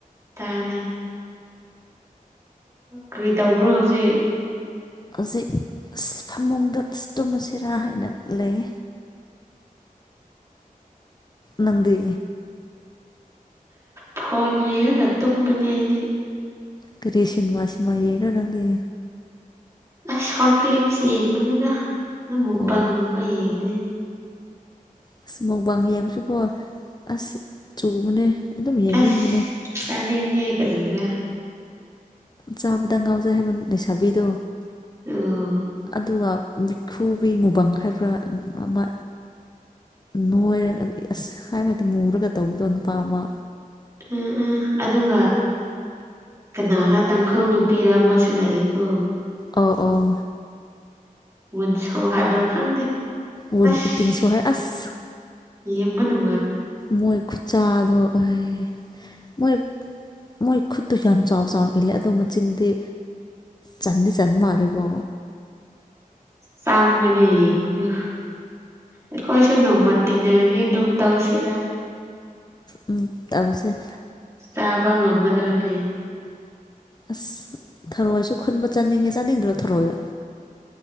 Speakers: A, on the right (about 20°); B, on the left (about 30°).
A: ꯇꯥꯔꯦ ꯀꯔꯤ ꯇꯧꯕ꯭ꯔꯣ ꯍꯧꯖꯤꯛ
B: ꯁꯩ ꯐꯃꯨꯡꯗꯇꯣꯃꯁꯤꯔꯥ ꯍꯥꯏꯅ ꯂꯩ ꯅꯗꯤ
A: ꯐꯣꯟ ꯌꯦꯡꯒ ꯇꯨꯝꯕꯅꯤ ꯑꯩꯗꯤ
B: ꯀꯔꯤ ꯁꯤꯅꯦꯃꯥ ꯁꯤꯅꯦꯃꯥꯔ ꯂꯪꯗ
A: ꯑ ꯁꯣꯔ ꯀꯂꯤꯞꯁ ꯌꯦꯡꯕꯅꯤꯅ ꯅꯕꯪꯨꯝꯕ
B: ꯑꯣ
A: ꯌꯦꯡꯃꯤꯅꯦ
B: ꯑꯁ ꯃꯧꯕꯥꯡ ꯌꯦꯡꯕꯁꯨꯕꯣ ꯑꯁ ꯆꯨꯕꯅꯦ ꯑꯗꯨꯝ ꯌꯦꯡꯅꯤꯡꯕꯅꯦ
A: ꯑꯁ ꯀꯅꯤꯡ ꯀꯖꯤꯔ
B: ꯆꯥꯕꯗ ꯉꯥꯎꯖꯩ ꯍꯥꯏꯕ ꯂꯩꯁꯥꯕꯤꯗꯣ
A: ꯑꯣ
B: ꯑꯗꯨꯒ ꯈꯨ ꯀꯕꯤ ꯃꯨꯕꯪ ꯍꯥꯏꯕ꯭ꯔꯥ ꯑꯃ ꯅꯣꯏꯔꯒ ꯑꯁ ꯍꯥꯏꯕ ꯍꯥꯏꯗꯤ ꯃꯨꯔꯒ ꯇꯧꯕꯗꯣ ꯅꯨꯄꯥ ꯑꯃ
A: ꯎꯝ ꯎꯝ ꯑꯗꯨꯒ ꯀꯅꯥꯔꯥ ꯇꯥꯡꯈꯣꯜ ꯅꯨꯄꯤꯔ ꯑꯃꯁꯨ ꯂꯩꯌꯦꯀꯣ
B: ꯑꯣ ꯑꯣ
A: ꯃ ꯁꯧ ꯍꯥꯏꯕ꯭ꯔꯥ ꯈꯪꯗꯦ
B: ꯋꯨꯟ
A: ꯑꯁ
B: ꯏꯇꯤꯡꯁꯨ ꯍꯥꯏ
A: ꯎ
B: ꯑꯁ
A: ꯌꯦꯕꯗꯨ
B: ꯃꯣꯏ ꯈꯨꯆꯥꯗ ꯑꯣꯏ ꯃꯣꯏ ꯃꯣꯏ ꯈꯨꯠꯇꯨ ꯌꯥꯝ ꯆꯥꯎ ꯆꯥꯎꯅ ꯏꯜꯂꯦ ꯑꯗꯣ ꯃꯆꯤꯟꯗꯤ ꯆꯟꯗꯤ ꯆꯟ ꯃꯥꯜꯂꯦꯕꯣ
A: ꯆꯪꯕꯅꯦ ꯌꯦꯡꯕꯗ ꯑꯩꯈꯣꯏꯁꯨ ꯅꯣꯡꯃ ꯇꯤꯟꯅꯔꯅꯤ ꯑꯗꯨꯝ ꯇꯧꯁꯤꯗ
B: ꯎꯝ ꯇꯥꯁꯦ
A: ꯆꯥꯕ ꯉꯝꯒꯗ꯭ꯔꯅꯦ
B: ꯑꯁ ꯊꯔꯣꯏꯁꯨ ꯈꯨꯟꯕ ꯆꯥꯅꯤꯡꯉꯦ ꯆꯥꯅꯤꯡꯗ꯭ꯔꯣ ꯊꯔꯣꯏꯕ